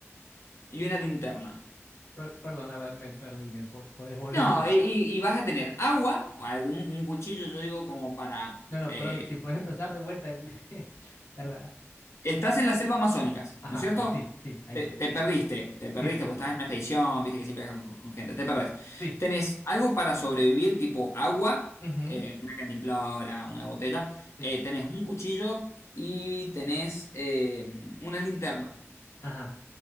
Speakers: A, on the left; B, on the left.
A: y una linterna.
B: Per- perdón, a ver, me perdí. ¿Me po- podés volver
A: No,
B: a empezar?
A: y, y- y vas a tener agua o algún un cuchillo, yo digo, como para
B: No, no,
A: eh,
B: perdón. Si podés empezar de vuelta. el- <laughs> la, la-
A: Estás en la selva amazónicas,
B: Ajá,
A: ¿no es cierto?
B: así, sí, ahí
A: Te,
B: sí.
A: te perdiste, te perdiste
B: Sí, sí,
A: porque estás en una expedición, viste que siempre estás con, con gente, te perdés.
B: sí.
A: ¿Tenés algo para sobrevivir, tipo agua,
B: ujú,
A: eh, una cantimplora, una botella?
B: sí.
A: eh, tenés un cuchillo y tenés eh, una linterna.
B: Ajá.